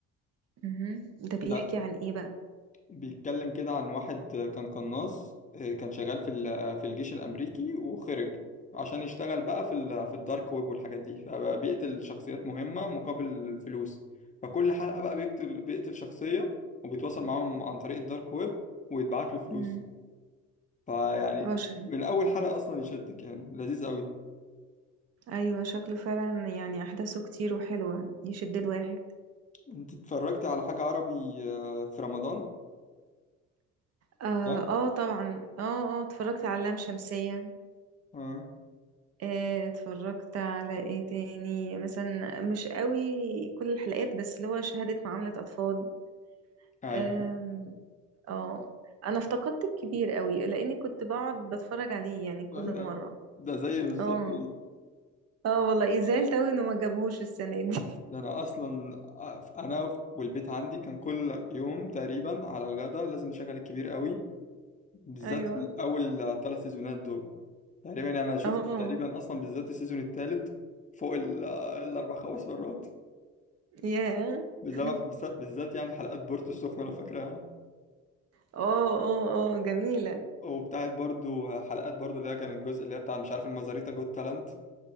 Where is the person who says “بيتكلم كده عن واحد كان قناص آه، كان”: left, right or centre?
Left